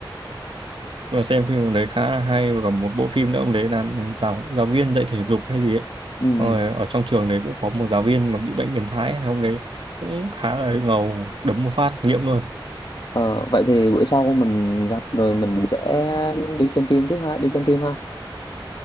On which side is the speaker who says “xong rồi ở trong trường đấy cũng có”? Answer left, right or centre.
Right